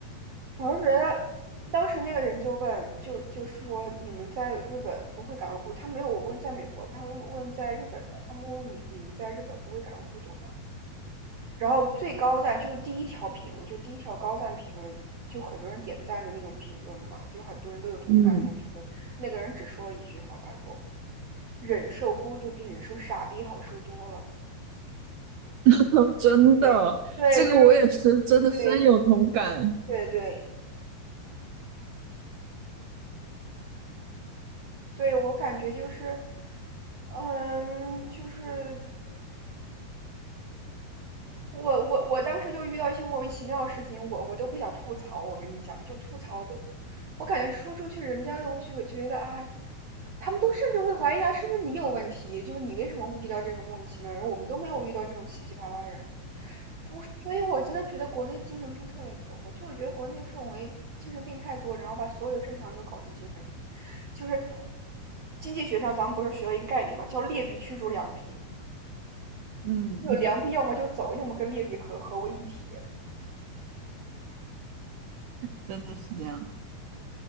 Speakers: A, on the right; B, on the right.
A: 我是觉得当时那个人就问，就就是说你们在日本不会感到孤独，他没有问在美国的他们问在日本的，他们问你你们在日本不会感到孤独吗？然后最高赞就是第一条评论，就第一条高赞评论，就很多人点赞的那种评论嘛，就很多人都有同感那种评论。
B: 嗯，
A: 那个人只说了一句话，他说：“忍受孤独比忍受傻逼好受多了。”
B: <laughs> 真的，
A: 对，对，
B: 这个我也是真的深有同感。
A: 就是对，对对对，我感觉就是，嗯，就是我我我当时就遇到一些莫名其妙的事情，我我都不想吐槽。我跟你讲，就吐槽都，我感觉说出去，人家都会觉觉得啊，他们都甚至会怀疑啊，是不是你有问题？就是你为什么会遇到这种莫名其妙的人？我们都没有遇到这种奇七八八的人。我所以，我真的觉得国内精神病特别多。我就觉得国内氛围精神病太多，然后把所有的正常人都搞成精神病。就是经济学上，咱们不是学了一个概念嘛，叫劣币驱逐良币。
B: 嗯嗯，
A: 就良币要么就走，要么跟劣币合合为一体。
B: 真的是这样。